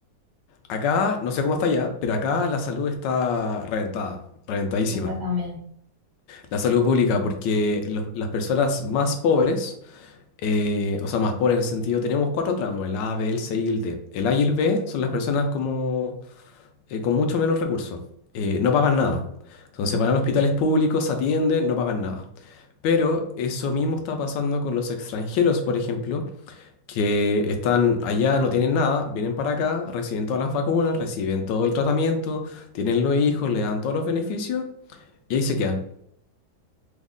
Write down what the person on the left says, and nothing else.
Acá, no sé cómo está allá, pero acá la salud está reventada, reventadísima.
La salud pública, porque los- las personas más pobres, eh, o sea, más pobres en el sentido, tenemos cuatro tramos, el A, B, el C y el D. El A y el B son las personas como, eh, con mucho menos recursos. eh, no pagan nada. Entonces
van a hospitales públicos, se atienden, no pagan nada. Pero eso mismo está pasando con los extranjeros, por ejemplo que están allá, no tienen nada, vienen para acá, reciben todas las vacunas, reciben todo el tratamiento, tienen los hijos, le dan todos los beneficios y ahí se quedan.